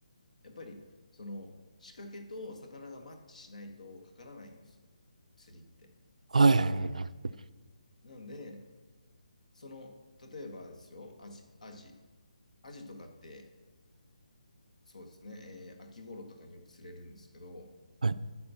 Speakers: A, on the left; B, on the right.
A: やっぱり、その仕掛けと魚がマッチしないとかからないんですよ。釣りって。
B: はい。
A: なので、その、例えばですよ、アジ、アジ、アジとかって、そうですね、えー秋頃とかによく釣れるんですけど、
B: はい。